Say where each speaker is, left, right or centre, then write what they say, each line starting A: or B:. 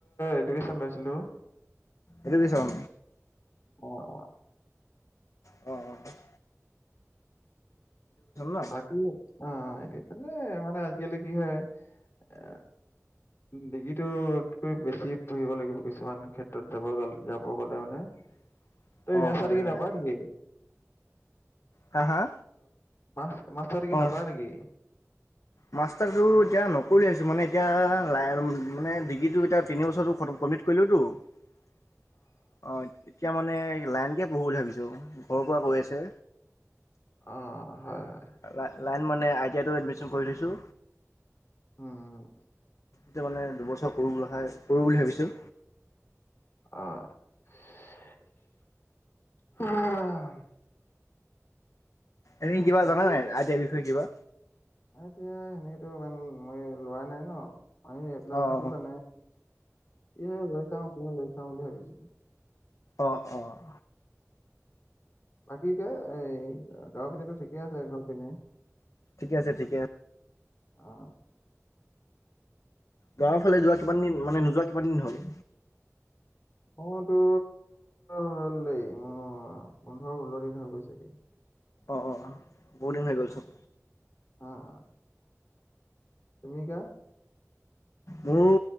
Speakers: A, on the left (about 55°); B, on the left (about 75°).
A: এডুকেশ্বন লৈছিলোঁ।
B: এডুকেশ্বন।
A: অ' - অ'।
B: অ' - অ'। ন
A: বাকী অ' এনে মানে- মানে আজিকালি কি হয় এ ডিগ্ৰীটোতকৈ বেছি পঢ়িব লাগিব কিছুমান ক্ষেত্ৰত যাব গ'ল- যাব গ'লে মানে।
B: <unintelligible>
A: তই <unintelligible>
B: হয় হয়
A: নকৰা নিকি?
B: হা - হা?
A: মাষ- মাষ্ট্ৰাৰ ডিগ্ৰী
B: অঁ
A: নকৰা নেকি?
B: মাষ্টাৰটো এতিয়া নকৰোঁ ভাবিছোঁ। মানে এতিয়া লাইন- মানে ডিগ্ৰীটো এতিয়া তিনি বছৰটো খতম মিত কৰিলোতো। অ' এতিয়া মানে লাইনকে পঢ়োঁ বুলি ভাবিছোঁ। ঘৰৰ পৰা কৈ আছে।
A: অ' হয় হয়।
B: লা- লাইন মানে আইটিয়াইটো এডমিশন কৰি লৈছোঁ।
A: উম।
B: তে মানে দুবছৰ কৰোঁ বোলা খাই, কৰো বুলি ভাবিছোঁ।
A: অ'।
B: এনে কিবা
A: বাকী
B: জান নাই আ-ইয়াৰ বিষয়ে কিবা?
A: এতিয়া সেনেকেতো ইমান মই লোৱা নাই ন মানে এপ্লাই
B: অঁ
A: কৰিছো
B: অঁ
A: মানে। এ লৈ চাওঁ মই লৈ চাওঁ বুলি ভাবিছো।
B: অ' - অ'।
A: বাকী কে এই অ'- গাঁৱৰ পিনেতো ঠিকেই আছে ঘৰ পিনে
B: ঠিকে আছে ঠিকে
A: অ'।
B: গাঁৱৰ ফালে যোৱা কিমান দিন- মানে নোযোৱা কিমান দিন হ'ল?
A: ঘৰতো হ'ল দে উ অ' পোন্ধৰ - ষোল্ল দিন হৈ গৈছেগে।
B: অ' - অ' - অ', বহুদিন হৈ গ'ল চোন।
A: অ' - অ'। তুমি কা?
B: মোৰো